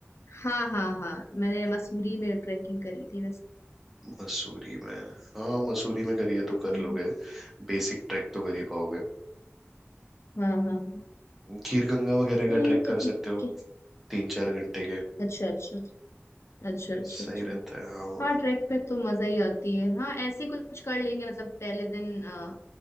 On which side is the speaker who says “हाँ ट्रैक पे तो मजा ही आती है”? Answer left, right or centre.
Left